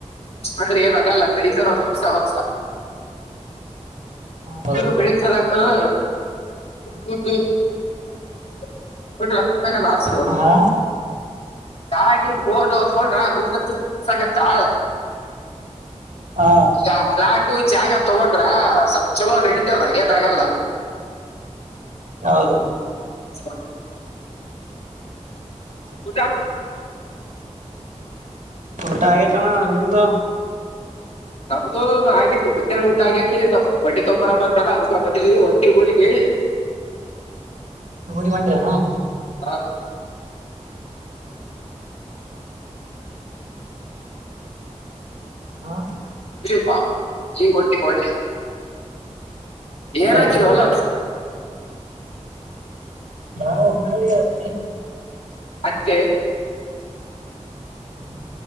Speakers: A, on the left (about 55°); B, on the right (about 85°).
A: ಅಂದ್ರೆ ಏನು ಆಗಲ್ಲ. ಬೆಳಿತನ ಅವನು ವರ್ಸ ವರ್ಸ.
B: ಹೌದು
A: ಇವರು ಬೆಳಿತಾರ. ಹ್ಮ ಹ್ಮ. <unintelligible> Last road.
B: ಹಾ
A: ಗಾಡಿ ಬೋಡ್ ತೋಡ್ರ ದುಡ್ಡಡ್ಸಾಗತ್ತಾ.
B: ಹಾ
A: ಚಾಪ್ಲಾಟು. ಜಾಗ ತೊಗೊಂಡ್ರ ಸ್ವಲ್ಪ ಚಲೋ ನೆಡಿತದ ಏನು ಆಗಲ್ಲ.
B: ಹೌದು.
A: <inaudible> ಊಟ
B: ಊಟ ಆಗೆತಣ್ಣ ನಿಮ್ದು.
A: ನಮ್ದು ಆಗೇತಿ ಮಧ್ಯಾನ ಊಟ ಆಗ್ಯತಿ ಸ್ವಲ್ ಬಟ್ಟಿ ತೊಂಬರ ಬಂದಾಗ ಅಲ್ಪ ಬಂದಿವಿ ಒಂಟಿ ಊರಿಗೆ.
B: ಊರಿಗ್ ಹೊಂಟ್ರೇನ.
A: <unintelligible> <unintelligible> <unintelligible> <unintelligible>
B: ಹಾ
A: ಪ ಈಗ ಒಂಟಿವಿ ಒಳ್ಳಿ. ಏನ್
B: ನಾವು
A: ಹಾಕಿರಿ ವಲ.
B: ಹಾ ಹೊನ್ನಾಲಿ ಅತ್ತಿ.
A: ಅಕ್ಕೆ.
B: ಹ್ಮ್